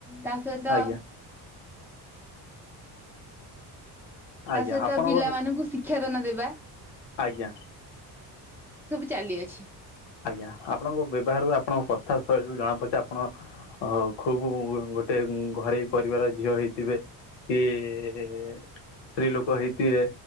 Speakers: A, in the centre; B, on the left.
A: ତା ସହିତ
B: ଆଜ୍ଞା ଆଜ୍ଞା
A: ତା ସହିତ
B: ଆପଣଙ୍କ
A: ପିଲାମାନଙ୍କୁ ଶିକ୍ଷାଦାନ ଦେବା।
B: ଆଜ୍ଞା।
A: ସବୁ ଚାଲିଅଛି।
B: ଆଜ୍ଞା ଆପଣଙ୍କ ବ୍ୟବହାରରୁ ଆପଣଙ୍କ କଥା ଶୈଳୀରୁ ଜଣା ପଡୁଛି ଆପଣ ହ ଖୁବ ଗୋଟେ ଘରେୋଇ ପରିବାର ଝିଅ ହେଇଥିବେ। କି ସ୍ତ୍ରୀ ଲୋକ ହେଇଥେ